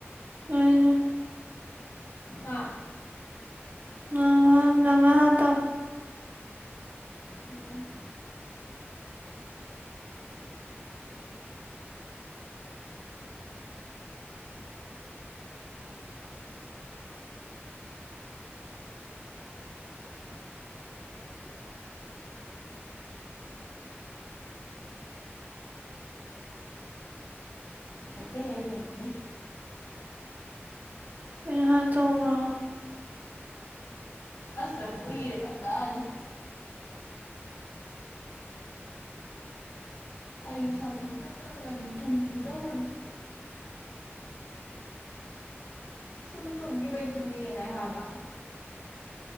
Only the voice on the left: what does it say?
ꯍꯥ
ꯎꯝ ꯅꯠꯇ‌ꯦ <unintelligible>
ꯑꯁ ꯃꯌꯝ ꯎꯏꯔ‌ꯦ ꯐꯖꯅ ꯑꯩꯗꯤ ꯁꯥꯎꯖ ꯑꯝꯇ ꯈꯪꯉꯗꯤ ꯇꯨꯝꯒ‌ꯦ ꯇꯧꯕꯅꯤ ꯁꯨꯝ ꯇꯨꯝꯒꯤꯕꯩ ꯇꯨꯝꯅꯤꯡꯉꯛꯑꯦ ꯍꯥꯏꯕ